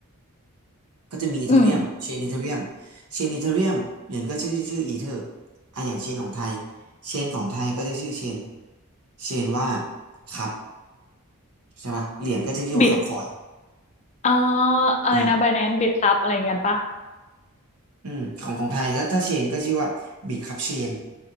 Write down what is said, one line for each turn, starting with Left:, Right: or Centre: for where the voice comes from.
Right: ก็จะมีอีเธอเรียมเชนอีเธอเรียม
Left: อืม
Right: เชนอีเธอเรียมเหรียญก็ชื่อชื่ออีเธออ่ะอย่างเชนของไทยเชนของไทยก็จะชื่อเชนเชนว่าคับใช่ป่ะเหรียญก็จะชื่อว่าคับคอย
Left: บิดอ่าอะไรนะ
Right: อ่า
Left: Binance บิดครับ อะไรเงี้ยปะ
Right: อืมของของไทยก็ถ้าเชนก็ชื่อว่าบิตคัพเชน